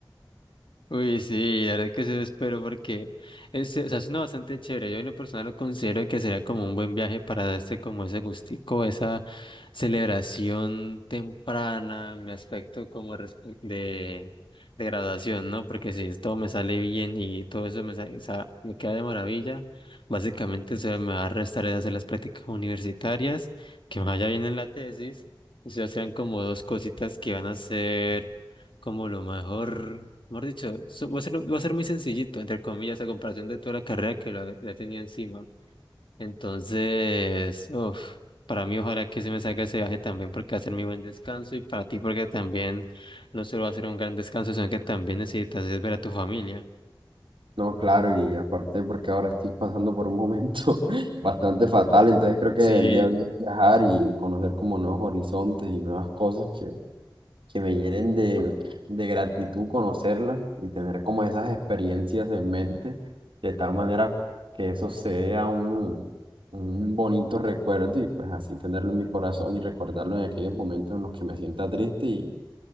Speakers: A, on the left; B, on the right.
A: Uy, sí, la verdad que eso espero porque es, o sea, suena bastante chévere. Yo en lo personal lo considero que sería como un buen viaje para darse como ese gustico, esa celebración temprana, mi aspecto como respe- de, de graduación, ¿no? Porque si todo me sale bien y todo eso me, sale- o sea, me queda de maravilla, básicamente se me va a restar es hacer las prácticas universitarias, que me vaya bien en la tesis, y se serán como dos cositas que van a ser como lo mejor, mejor dicho, so- va a ser, va a ser muy sencillito, entre comillas, a comparación de toda la carrera que la, la tenía encima. Entonces, uf, para mí ojalá que se me salga ese viaje también porque va a ser mi buen descanso y para ti porque también no solo va a ser un gran descanso, sino que también necesitas es ver a tu familia.
B: No, claro, y aparte porque ahora estoy pasando por un momento <laughs> bastante fatal, entonces creo que
A: Sí.
B: vendría bien viajar y conocer como nuevos horizontes y nuevas cosas que, que me llenen de, de gratitud conocerlas y tener como esas experiencias en mente, de tal manera que eso sea un, un bonito recuerdo y pues así tenerlo en mi corazón y recordarlo en aquellos momentos en los que me sienta triste y,